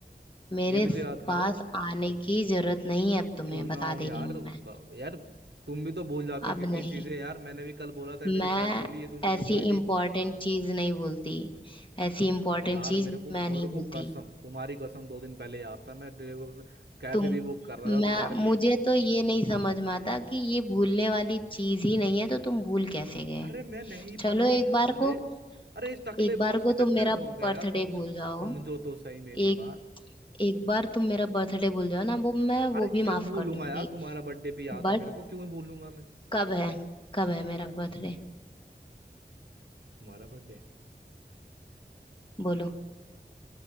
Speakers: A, on the left; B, on the right.
A: मेरे
B: ये भी तो याद करो
A: पास आने की जरूरत नहीं है अब तुम्हें
B: क्यों ना
A: बता
B: हूँ
A: दे
B: यार
A: रही हूँ मैं
B: ब- यार तुम भी तो भूल जाते
A: अब
B: हो कितनी
A: नहीं
B: चीजें यार मैंने भी कल बोला था मेरी
A: मैं
B: शर्ट धुली है तूने नहीं
A: ऐसी
B: धोई थी
A: इम्पोर्टेंट चीज नहीं भूलती ऐसी इम्पोर्टेंट
B: यार
A: चीज
B: मेरे को
A: मैं नहीं
B: मेरे को
A: भूलती
B: कसम तुम्हारी कसम दो दिन पहले याद था मैं कैफे
A: तुम
B: भी बुक कर रहा था तुम्हारे
A: मैं
B: लिए
A: मुझे तो ये नहीं समझ में आता कि ये भूलने वाली चीज ही नहीं है तो तुम भूल कैसे गए
B: अरे मैं नहीं
A: चलो
B: भूला
A: एक
B: था
A: बार
B: अरे
A: को
B: अरे इस टकले
A: एक बार
B: बॉस
A: को
B: के चक्कर
A: तुम मेरा
B: में हो गया
A: बर्थडे
B: यार समझो
A: भूल जाओ
B: समझो तो सही मेरी
A: एक
B: बात
A: एक बार तुम मेरा बर्थडे भूल जाओ ना वो मैं
B: अरे
A: वो भी
B: क्यों
A: माफ
B: भूलूंगा
A: कर दूंगी
B: यार तुम्हारा बर्थडे भी याद
A: बट
B: है मेरे को क्यों भूलूंगा मैं
A: कब है कब है मेरा बर्थडे
B: तुम्हारा बर्थडे
A: बोलो